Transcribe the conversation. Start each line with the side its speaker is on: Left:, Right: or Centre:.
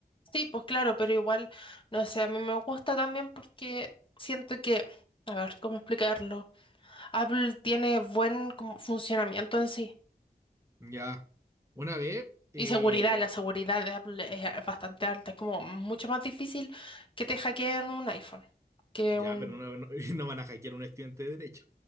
Left: Sí, pues claro, pero igual, no sé, a mí me gusta también porque siento que, a ver, ¿cómo explicarlo? Apple tiene buen como funcionamiento en sí
Right: Ya. Una vez, eh,
Left: y seguridad, la seguridad de Apple es eh, bastante alta, es como mucho más difícil que te hackeen un iPhone que
Right: ya,
Left: un...
Right: pero no, no, <laughs> no van a hackear a un estudiante de derecho.